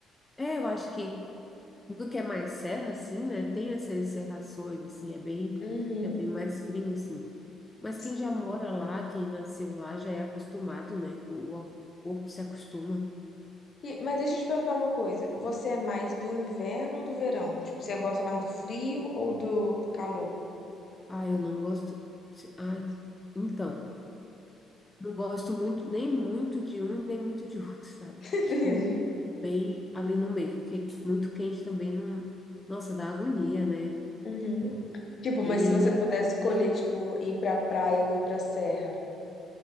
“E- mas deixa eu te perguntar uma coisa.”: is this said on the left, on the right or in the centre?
Left